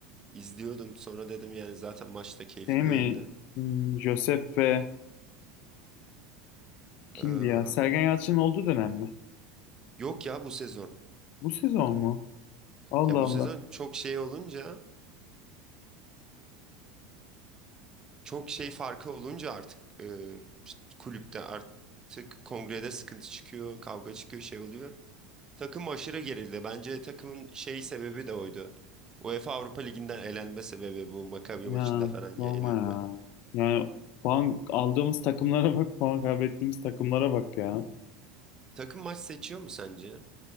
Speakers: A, on the right; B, on the left.
A: İzliyordum sonra dedim yani zaten maç da keyifli
B: Şey mi?
A: değildi.
B: Hmm, Josef ve kimdi
A: Ee,
B: ya? Sergen Yalçın'ın olduğu dönem mi?
A: yok ya bu sezon.
B: Bu sezon mu? Allah
A: Ya bu
B: Allah.
A: sezon çok şey olunca çok şey farkı olunca artık e, işte kulüpte artık kongrede sıkıntı çıkıyor, kavga çıkıyor, şey oluyor. Takım aşırı gerildi. Bence takımın şey sebebi de oydu. UEFA Avrupa Ligi'nden elenme sebebi bu Maccabi
B: Ya
A: maçında falan yenilme.
B: sorma ya. Yani puan aldığımız takımlara bak, puan kaybettiğimiz takımlara bak ya.
A: Takım maç seçiyor mu sence?